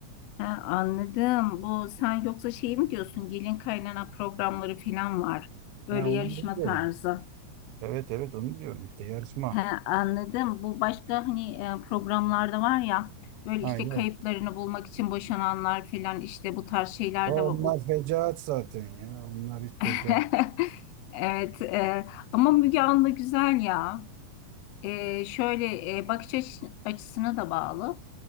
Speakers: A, on the left (about 80°); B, on the right (about 85°).
A: Ha, anladım. Bu sen yoksa şey mi diyorsun? Gelin kaynana programları falan var. Böyle
B: Ha, onu
A: yarışma
B: da diyorum.
A: tarzı.
B: Evet evet onu diyorum işte yarışma.
A: Ha, anladım. Bu başka hani e, programlarda var ya böyle
B: Ha,
A: işte
B: yok.
A: kayıplarını bulmak için boşananlar falan işte bu tarz şeyler
B: O-
A: de var.
B: Onlar
A: Bu...
B: fecaat zaten ya. Onlar hiç fecaat.
A: <laughs> Evet. e, ama Müge Anlı güzel ya. Ee, şöyle e, bakış açı- açısına da bağlı